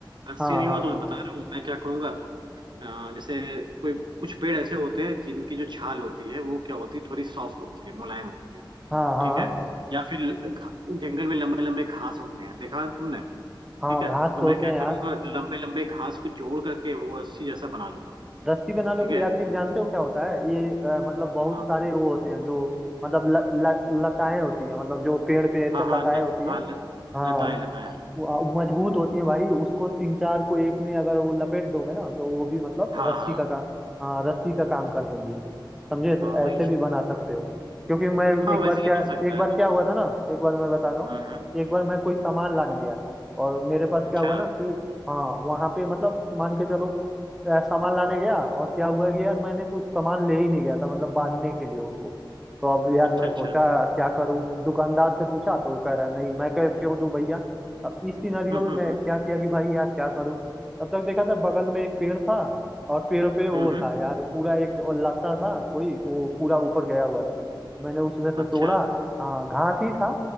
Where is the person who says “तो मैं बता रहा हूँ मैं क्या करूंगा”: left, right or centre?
Right